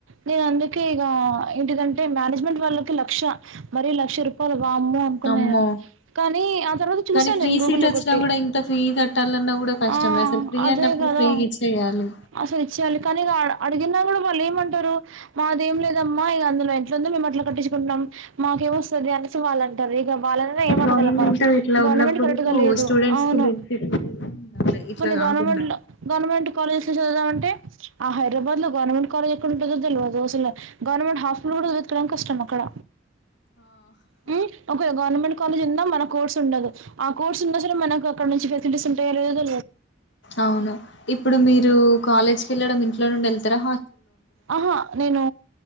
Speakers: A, on the right; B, on the left.
A: నేను అందుకే ఇగా ఏంటిద టే మ్యానేజ్మెంట్ వాళ్ లక్ష మరి లక్ష రూపాయలు వామ్మో అనుకున్నా
B: అమ్మో
A: నే కానీ ఆ తర్వాత చూసాను
B: కానీ ఫ్రీ
A: నేను గూగుల్లో
B: సీట్ వచ్చినా
A: కొట్టి
B: కూడా ఇంత ఫ్రీ కట్టాలన్నా కూడా కష్టమే
A: ఆ
B: అసలు ఫ్రీ
A: అదే
B: అన్నప్పుడు
A: కదా
B: ఫ్రీగా ఇచ్చేయాలి
A: అసలు కానీ ఇక అడిగిన కూడా వాళ్ళు ఏమంటారు మాది ఏం లేదమ్మా ఇక అందులో ఎంట్ందో మేము అట్లా కట్టించుకుంటున్నాం మాకేమ వస్తుంది అనేసి వాళ్ళ ఇక వాళ్ళ ఏంనగల
B: గవర్నమెంట్
A: మనం
B: ఇట్లా
A: గవర్నమెంట్
B: ఉన్నప్పుడు
A: కరెక్ట్గా లేదు
B: స్టూడెంట్స్
A: అవును
B: కి బెనిఫిట్ ఉండేలా ఉండాలి ఇట్లా
A: కొన్ని
B: కాకుండా
A: గవర్నమెంట్ లో గవర్నమెంట్ కాలేజె లో చదుదామంటే ఆ హైదరాబాద్ లో గవర్నమెంట్ కాలేజ్ ఎక్కడ ఉంటదో దెల్వదు అసలు గవర్నమెంట్ హాస్టలు కూడా వెతకడం కష్టం అక్కడ హ్మ్ ఒక గవర్నమెంట్ కాలేజ్ ఉందా మన కోర్స్ ఉండదు ఆ కోర్స్ ఉన్న అసలు మనకు అక్కడ నుంచి ఫెసిలిటీస్ ఉంటాయ లేదు
B: అవును ఇప్పుడు మీరు కాలేజ్కి వెళ్ళడం ఇంట్ లోండి వెళ్తా
A: ఆహా నేను